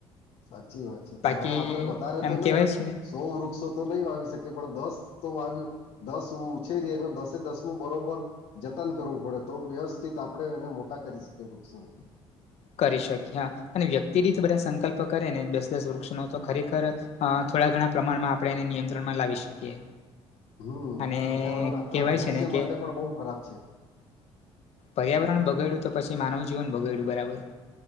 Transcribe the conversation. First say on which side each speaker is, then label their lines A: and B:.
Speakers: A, on the left; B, on the left.
A: સાચી વાત છે પણ
B: બાકી
A: હવે આપડે વધારે
B: એમ
A: તો નહી
B: કેહેવાય છે ને
A: સો વૃક્ષો તો નહીં વાવી શકે પણ દસ તો વાવીએ. દસ હ ઉછેરી એનો દસે દસ નું બરોબર જતન કરવું પડે તો વ્યવસ્થિત આપણે એને મોટા કરી શકીએ વૃક્ષોને.
B: કરી શકી અને વ્યક્તિ રીત બધા સંકલ્પ કરે ને દસ દસ વૃક્ષનો તો ખરેખર અ થોડા ઘણા પ્રમાણમાં આપણે એને નિયંત્રણમાં લાવી શકીએ.
A: હમ
B: અને
A: પર્યાવરણ આપણા
B: કહેવાય
A: ભવિષ્ય
B: છે ને
A: માટે
B: કે
A: પણ બહુ ખરાબ છે.
B: પર્યાવરણ બગાડ્યું તો પછી માનવ જીવન બગાડ્યું બરાબર.